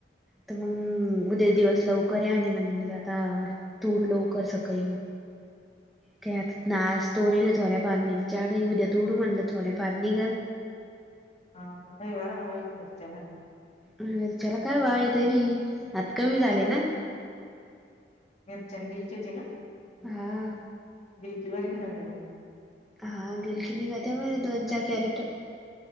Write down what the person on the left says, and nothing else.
<inaudible>
हा रविवार आहे मिरच्याला
अडचन गिली चच आहे का?
गिरकी वरण भातला